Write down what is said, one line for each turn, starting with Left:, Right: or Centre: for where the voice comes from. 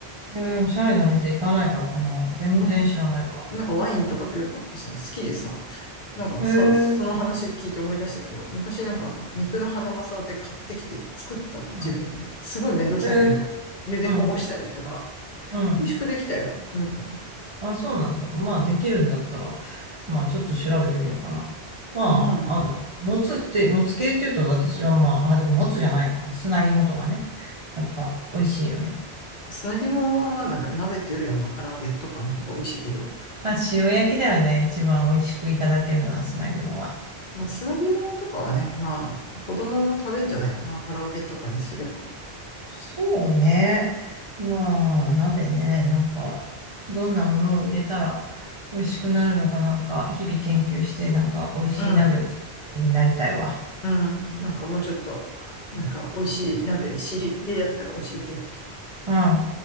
Right: えー、おしゃれな店行かないからかな。全然知らないわ。
Left: ま、なんかワインとかとよくあってさ、好きでさ、なんかさ、
Right: えー、
Left: その話聞いて思い出したけど、昔なんかあの肉のハナマサで買ってきて作ったわ、
Right: うん。
Left: 自分で。すごいめんどくさいんだけど、
Right: えー、
Left: 茹でこぼしたりとか、
Right: うん、美味しくできた。うん。
Left: 美味しくできたよ。うん。
Right: あ、そうなんだ。まあ、できるんだったら、まあ、ちょっと調べてみようかな。まあ、
Left: まあ、
Right: あの、もつって、もつ系っていうと私はまあ、あ、でももつじゃないか。砂肝とかね。やっぱ、美味しいよね。
Left: 砂肝はまあなんか鍋っていうよりはまあ唐揚げとかの方が美味しいけど、
Right: まあ、塩焼きだよね。一番美味しくいただけるのは砂肝は。
Left: まあ、砂肝とかはね、まあ、子供も食べんじゃないかな、カラオケとかにすれば。
Right: そうね。まあ、鍋ね。なんか、どんなものを入れたら美味しくなるのかなんか、日々研究して、なんか、美味しい鍋を作れるようになりたいわ。
Left: うん、うん、なんかもうちょっと、あなんか美味しい鍋知りでやったら教えて。
Right: うん。